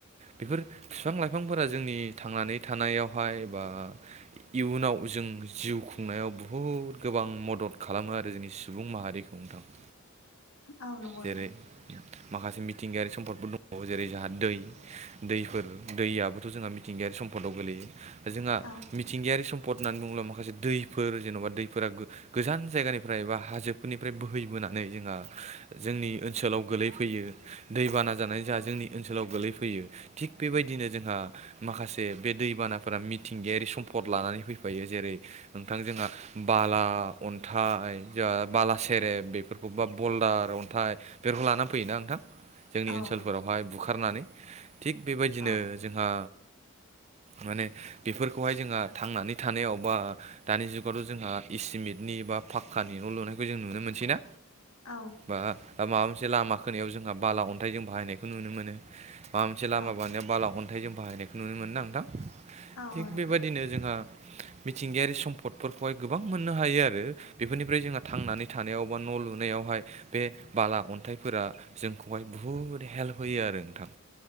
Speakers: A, on the right (about 30°); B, on the left (about 85°).
A: बेफोर बिफां लाइफांफोरा जोंनि थांनानै थानायावहाय बा इयुनाव जों जिउ खुंनायाव बहुद गोबां मदद खालामो आरो जोंनि सुबुं माहारिखौ संथाम
B: आ नं ग
A: जेरै माखासे मिथिंगायारि सम्पदफोर दङ जेरै जोंहा दै दैफोर दैयाबोथ' जोंहा मिथिंगायारि सम्पदाव गोल्लैयो जोंहा
B: औ
A: थथिंगायारि सम्द होननानै बुङोब्ला माखासे दैफोर जेन'बा दैफोरा गो- गोजान जायगानिफ्राय बा हाजोफोरनिफ्राय बोहैबोनानै जोंहा जोंनि ओनसोलाव गोलैफैयो दैबाना जानाय जोंहा जोंनि ओनसोलाव गोलैफैयो थिग बेबायदिनो जोंहा माखासे बे दैबानाफोरा मिथिंगायारि सम्पद लानानै फैफायो जेरै नोंथां जोंहा बाला अन्थाइ जा बाला सेरेब बेफोरखौ बा बल्दारथ नाथाय बेफोरखौ लानानानै फैयोना नोंथां जोंनि
B: औ
A: ओनसोलफोरावहाय
B: नंगौ
A: बुखारनानै थिग बेबायदिनो
B: औ
A: जोंहा माने बेफोरखौहाय जोंहा थांनानै थानायाव बा दानि जुगावथ' जोंहा इसिमेटनि बा फाक्कानि न' लुनायखौ जों नुनो मोनसैना।
B: औ
A: बा माबा मोनसे लामा खोनायाव जोंहा बाला अन्थाइ जों बाहायनायखौ नुनो मोनो माबा मोनसे लामा
B: औ
A: बानायाव बाला अन्थाइ जों बाहायनायखौ नुनो मोनो ना नोंथां
B: औ
A: थिग
B: नंगौ
A: बेबायदिनो जोंहा मिथिंगायारि सम्पदफोरखौहाय गोबां मोननो हायो आरो। बेफोरनिफ्राय जोंहा थांनानै थानायाव बा न' लुनायावहाय बे बाला अन्थाइफोरा जोंखौहाय बुहुद हेल्प होयो आरो नोंथां।